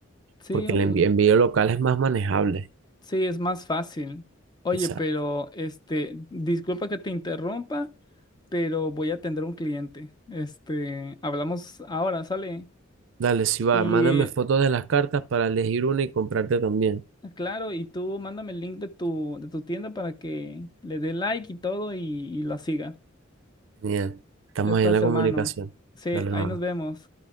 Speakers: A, on the left; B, on the right.
A: Sí,
B: porque
A: un-
B: el envi- envío local es más manejable.
A: Sí, es más fácil. Oye,
B: exacto.
A: pero este, disculpa que te interrumpa, pero voy a atender a un cliente. Este, hablamos ahora, sale.
B: Dale, si va,
A: Y
B: mándame fotos de las cartas para elegir una y comprarte también.
A: eh, claro, y tú mándame el link de tu, de tu tienda para que le dé like y todo y, y la siga.
B: Genial. Estamos
A: Ya estás,
B: ahí en la
A: hermano.
B: comunicación.
A: Sí,
B: Dale, hermano.
A: ahí nos vemos.